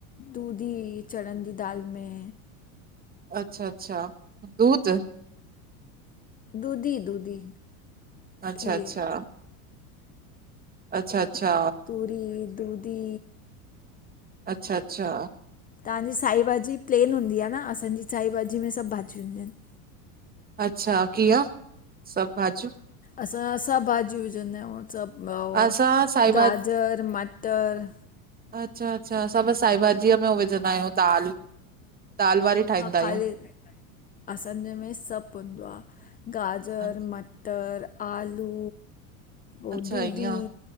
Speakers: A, on the left; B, on the right.
A: तूरी, चण़न जी दाल में
B: अच्छा-अच्छा। दूध
A: दूधी दूधी
B: अच्छा
A: खीर
B: अच्छा अच्छा अच्छा
A: पूरी, दुधी
B: अच्छा अच्छा
A: तांजी साईभाॼी प्लेन हूंदी आ न, असांजी साईभाॼी में सभु भाॼियूं हूंदियूं आहिंन।
B: अच्छा कीअं सभु भाॼियूं?
A: असां सभु भाॼियूं विझंदा आहियूं सब मतलब,
B: असां
A: अ
B: साई
A: गाजर मटर
B: अच्छा-अच्छा, असां बस साई भाॼीअ में हो विझंदा आहियूं दाल, दाल वारी ठाहींदा
A: हा
B: आहियूं।
A: ख़ाली, असांजे में सभु हूंदो आ। गाजर,
B: अ-
A: मटर, आलू ओ
B: अच्छा
A: दूधी,
B: ईअं,